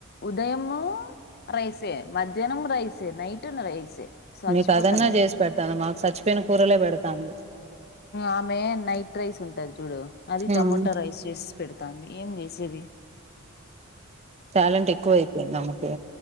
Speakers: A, on the left (about 45°); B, on the right (about 30°).
A: ఉదయం రైసే మధ్యాహ్నం రైసే నైట్ రైసే సచ్చిపోతన్నాం
B: మీకు అదన్నా చేసి పెడతాను మాకు చచ్చిపోయిన కూరలే పెడతాము
A: ఆమె నైట్ రైస్ ఉంటది చూడు అది
B: ఉమ్
A: టమోటా రైస్ చేసి పెడుతు తానికి ఏం చేసిది
B: టాలెంట్ ఎక్కువ అయిపోయింది ఆమకు